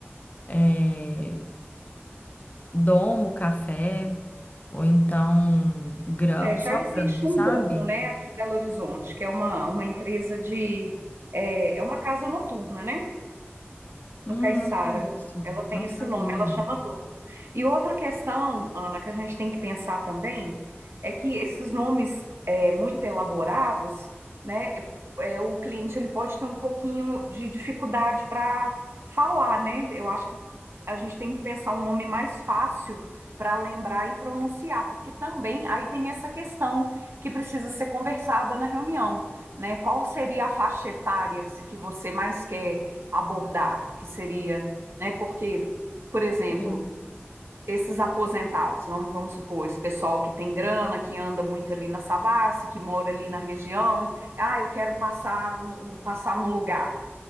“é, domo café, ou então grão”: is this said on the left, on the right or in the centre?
Left